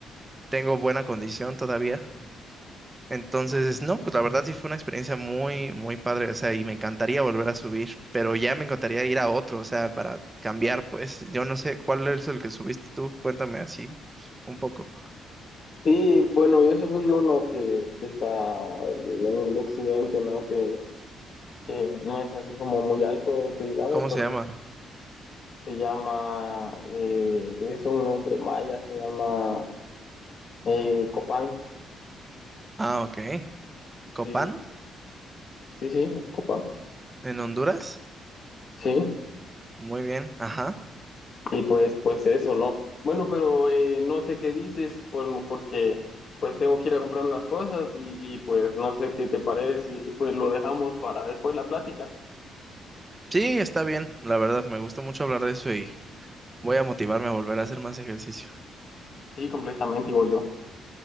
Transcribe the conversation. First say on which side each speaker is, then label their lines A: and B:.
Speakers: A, on the right; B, on the left.
A: Tengo buena condición todavía. Entonces, no, pues la verdad sí fue una experiencia muy, muy padre, o sea, y me encantaría volver a subir, pero ya me encantaría ir a otro, o sea, para cambiar, pues, yo no sé cuál es el que subiste tú, cuéntame así un poco.
B: Sí, bueno, yo subí uno que, que está en el occidente, ¿no? Que, que no es así como muy alto, que digamos,
A: ¿Cómo
B: pero
A: se llama?
B: se llama, eh, es un nombre maya, se llama Eh, Copán,
A: Ah, ok. Copán,
B: sí, sí, sí, Copán,
A: en Honduras.
B: sí,
A: Muy bien, ajá.
B: y pues, pues eso, ¿no? Bueno, pero eh, no sé qué dices, pues, porque pues tengo que ir a comprar unas cosas y, y, pues no sé qué te parece, y pues lo dejamos para después la plática.
A: Sí, está bien, la verdad, me gusta mucho hablar de eso y voy a motivarme a volver a hacer más ejercicio.
B: Sí, completamente, igual yo.